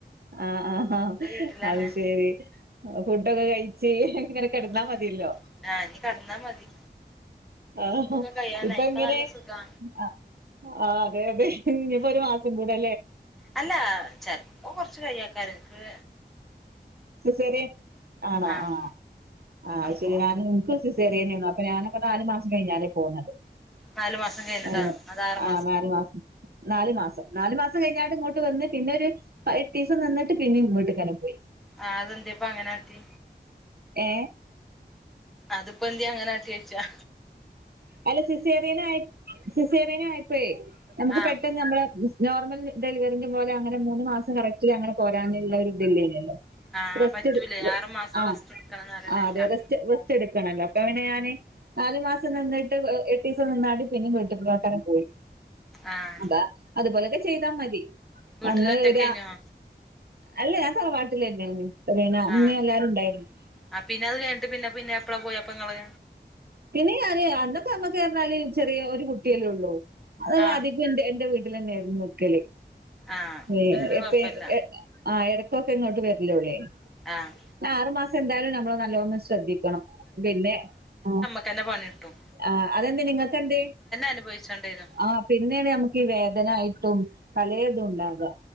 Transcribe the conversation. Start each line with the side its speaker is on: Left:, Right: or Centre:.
Right: ആ ആ ആ
Centre: എന്റെ വീട്ടിലാണ്
Right: അത് ശെരി ഫുഡൊക്കെ കഴി ച്ച് ഇങ്ങനെ കെട്ന്നാ
Centre: ഉണ്ട്
Right: മതിയല്ലോ
Centre: ആഹ് ഇനി കടന്നാ മതി
Right: ആഹ്
Centre: സുഖൊക്കെ കഴിയാനായി
Right: ഇപ്പൊ
Centre: ഇപ്പ
Right: ഇങ്ങനെ
Centre: നല്ല സുഖാ
Right: അ ആ അതെ അതെ ഇനിപ്പോ
Centre: ഉം
Right: ഒരു മാസം കൂടെ
Centre: അല്ല ചെൽപ്പോ കൊർച്ച് കയ്യെക്കാരം ഇൻക്ക്
Right: സിസേറിയൻ ആണോ
Centre: ആഹ്
Right: ആ അത്
Centre: അപ്പൊ
Right: ശെരി ഞാന് ഇൻക്കും സിസേറിയനെന്നു അപ്പൊ ഞാനൊക്കെ നാല് മാസം കഴിഞ്ഞാരെ പോന്നത്
Centre: നാലു മാസം കഴിഞ്ഞിട്ടാ
Right: ഏ
Centre: അത് ആറു
Right: ആ നാലു മാസം നാലു മാസം നാലു മാസം കഴിഞ്ഞാട്ട് ഇങ്ങോട്ട് വന്ന് പിന്നെ ഒര് എട്ടീസം നിന്നിട്ട് പിന്നെ വീട്ട്ക്കന്നെ പോയി
Centre: ആഹ് അതെന്തെ ഇപ്പം അങ്ങനാട്ടി
Right: ഏ
Centre: അതിപ്പോ എന്തെ അങ്ങനാട്ടി ഓയ്ച്ചാ
Right: അല്ല സിസേറിയനായി സിസേറിയനായപ്പയേ നമുക്ക്
Centre: ആഹ്
Right: പെട്ടെന്ന് നമ്മളെ നോർമൽ ഡെലിവറിൻ്റെ പോലെ അങ്ങനെ മൂന്ന് മാസം കറക്റ്റില് അങ്ങനെ പോരാന്ല്ല ഒരു ഇത് ഇല്ലേനല്ലോ
Centre: ആഹ്
Right: റസ്റ്റെട്
Centre: പറ്റൂലേ ആറു മാസം
Right: ആ
Centre: റെസ്റ്റ് എടുക്കണംന്ന് പറയണേക്കാ
Right: അതെ റെസ്റ്റ് റസ്റ്റ് എടുക്കണല്ലോ അതോണ്ട് ഞാന് നാലു മാസം നിന്നിട്ട് എട്ടീസം നിന്നാണ്ട് പിന്നിം വീട്ട്കന്നെ പോയി
Centre: ആഹ്
Right: അപ്പാ അതുപോലൊക്കെ ചെയ്താ മതി
Centre: വീട്ടില്
Right: അന്ന്
Centre: ഒറ്റക്കെന്യോ
Right: ഒരു അല്ല ഞാൻ തലവാട്ടിലെന്നേണ് ഇത്രേന അമ്മേം
Centre: ആഹ്
Right: എല്ലാരും ഇണ്ടായിരുന്നു
Centre: ആഹ് പിന്നെ അത് കഴ്ഞ്ഞ്ട്ട് പിന്നെ പിന്നെ എപ്പളാ പോയപ്പങ്ങള്?
Right: പിന്നെ ഞാന് അന്നൊക്കെ നമ്മക്ക്ർഞ്ഞാല് ചെറിയ ഒരു കുട്ടിയല്ലേ ഉള്ളൂ. അത്
Centre: ആഹ്
Right: അതികും എന്റെ എന്റെ വീട്ടിലന്നെ ആയ്രുന്നു നിക്കല്.
Centre: ആഹ്
Right: ഏഹ്
Centre: പിന്നെത്
Right: എപ്പ
Centre: കൊഴപ്പല്ല
Right: ആഹ് എട ക്കൊക്കെ ഇങ്ങോട്ട് വര്ലുള്ളേനി.
Centre: ആഹ്
Right: ആറു മാസം എന്തായാലും നമ്മള് നല്ലോണം ശ ശ്രദ്ധിക്കണം പിന്നെ ആഹ്.
Centre: ക്കെന്നെ പണിട്ടും.
Right: ആഹ് അതെന്തെ നിങ്ങക്കെന്തെ
Centre: അനുഭവിച്ചോണ്ടി വരും
Right: ആ പിന്നെയാണ് നമുക്ക് ഈ വേദനായിട്ടും പലേതും ഉണ്ടാക.